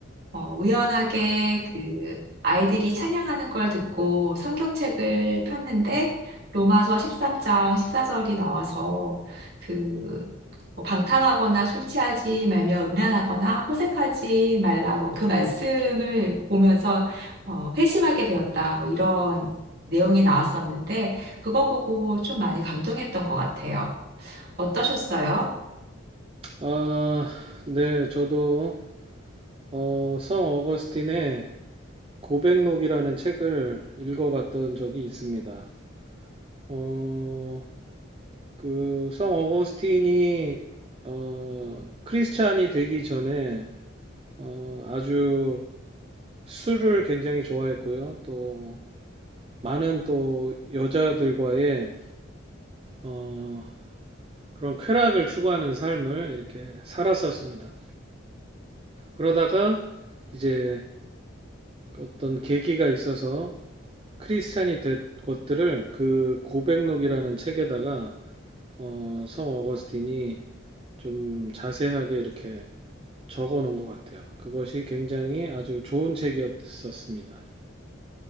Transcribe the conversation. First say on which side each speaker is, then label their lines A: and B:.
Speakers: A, on the right; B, on the right.
A: 어, 우연하게 그 아이들이 찬양하는 걸 듣고 성경책을 폈는데 로마서 13장 14절이 나와서 그뭐 방탕하거나 술 취하지 말며 음란하거나 호색하지 말라 뭐 그 말씀을 보면서 어, 회심하게 되었다 뭐 이런 내용이 나왔었는데 그거 보고 좀 많이 감동했던 것 같아요. 어떠셨어요?
B: 아, 네, 저도 어, 성 어거스틴의 고백록이라는 책을 읽어봤던 적이 있습니다. 어, 그, 성 어거스틴이 어, 크리스찬이 되기 전에 어, 아주 술을 굉장히 좋아했고요. 또 많은 또 여자들과의 어, 그런 쾌락을 추구하는 삶을 이렇게 살았었습니다. 그러다가 이제 어떤 계기가 있어서 크리스찬이 된 것들을 그 고백록이라는 책에다가 어, 성 어거스틴이 좀 자세하게 이렇게 적어 놓은 것 같아요. 그것이 굉장히 아주 좋은 책이었었습니다.